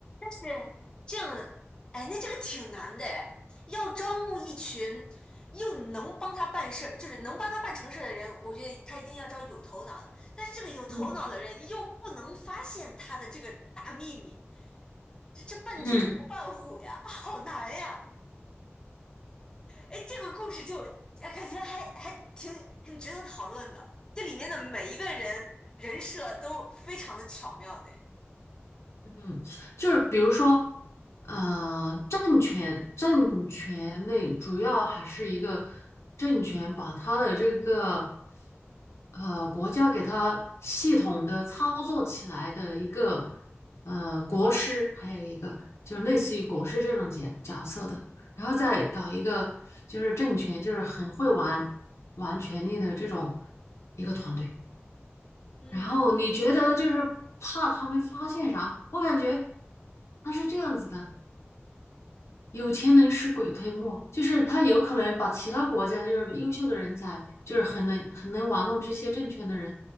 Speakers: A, on the left (about 20°); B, on the left (about 80°).
A: 是这样，哎，那这个挺难的哎，要招募一群又能帮他办事儿，就是能帮他办成事儿的人，我觉得他一定要招有头脑的。但是这个有头脑的人又不能发现他的这个大秘密，
B: 嗯
A: 这这伴君如伴虎呀，
B: 嗯，
A: 好难呀！哎，这个故事就哎感觉还还挺挺值得讨论的，这里面的每一个人人设都非常的巧妙的。
B: 嗯，就是比如说，呃，政权政权类主要还是一个政权把他的这个呃国家给他系统的操作起来的一个呃国师，还有一个就是类似于国师这种角角色的，然后再搞一个就是政权，就是很会玩玩权力的这种一个团队。
A: 嗯，
B: 然后你觉得就是怕他们发现啥？我感觉他是这样子的，有钱能使鬼推磨，就是他有可能把其他国家就是优秀的人才，就是很能很能玩弄这些政权的人，